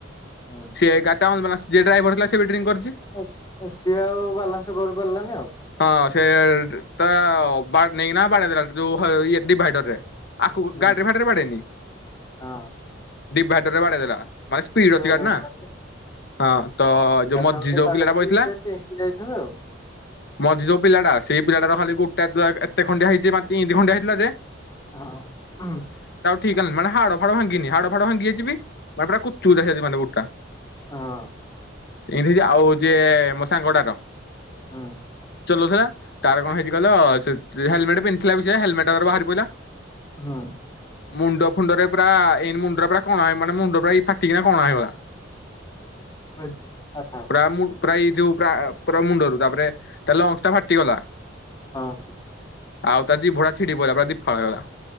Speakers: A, on the left; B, on the left.
A: ହୁଁ
B: ସେ ଗାଡି ଟା ଅନ ବାଲନ୍ସ ଯିଏ ଡ୍ରାଇଭର ଥିଲା ସେ ବି ଡ୍ରିଙ୍କି କରି ।
A: ସି ସିଏ ଆଉ ବାଲାନ୍ସ କରିପାରିଲାନି ଆଉ ।
B: ହଁ ସେ ତା ବାକ ନେଇକି ନା ବାଡେଇ ଦେଲା ଯୋଉ ହ ଇଏ ଡିଭାଇଡର ରେ । ଆଖକୁ
A: ହୁଁ
B: ଗାଡିରେ ଫାଡିରେ ବାଡେଇନି
A: ହଁ
B: ଡିଭାଇଡର ରେ ବାଡେଇ ଦେଲା । ମାନେ ସ୍ପିଡ
A: ଡିଭାଇଡର
B: ଅଛି ଗାଡି ନା
A: ବାଡେଇଲା
B: । ହଁ ତ
A: ଡିଭାଇଡରରେ
B: ଯୋଉ ମୋଝି ଯଉ
A: ବାଡେଇକି
B: ପିଲଟା ବଇ ଥିଲା
A: ସେ
B: ।
A: ଡେଇଁକି ଯାଇଥିବେ ଆଉ
B: ମଝି ଯୋଉ ପିଲାଟା ସେଇ ପିଲାଟାର ଖାଲି ଗୋଟେ ହାତ ଏ ଏତେ ଖଣ୍ଡିଆ ହେଇଛି ମାନେ ଈନ୍ତି ଖଣ୍ଡିଆ ହେଇଥିଲା ଯେ ।
A: ହଁ ହୁଁ ।
B: ଠିକାଲା ମାନେ ହଡ ଫାଡ ଭାଙ୍ଗିନି ମାନେ ହାଡ ଫାଡ ଭାଙ୍ଗି ଯାଇଚିପି ମାନେ ପୁରା କୁଚୁ କୁଚା ହୋଇଯାଇଚି ମାନେ ଗୁଟା
A: ହଁ
B: ଏମତିହେଇଚି ଆଉ ଯିଏ ମ ସାଙ୍ଗଡାର
A: ହୁଁ।
B: ଚଲୁଉଥିଲା ତାର କଣ ହେଇଚି କହିଲ ସେ ହେଲମେଟ ପିନ୍ଧିଥିଲା ବି ସେ ହେଲମେଟ ତ ବାହାରି ପାଇଲା
A: ହଁ।
B: ମୁଣ୍ଡ ଫୁଣ୍ଡରେ ପୁରା ଏଇ ମୁଣ୍ଡରେ ପୁରା କଣ ହେଇ ମାନେ ମୁଣ୍ଡ ପୁରା ଫାଟିକି ନା କଣା ହେଇଗଲା।
A: ଆ ଆଛା।
B: ପୁରା ମୁ ପୁରା ଏଇଯୋଉ ପୁରା ପୁରା ମୁଣ୍ଡରୁ ତାପରେ ତାଲେ ଲଞ୍ଚ ଟା ଫାଟିଗଲା।
A: ହଁ
B: ଆଉ ତା ଜିଭଟା ଛିଡି ପଡ଼ିଲଲା ପୁରା ଦୀଫାଳ ହେଇଗଲା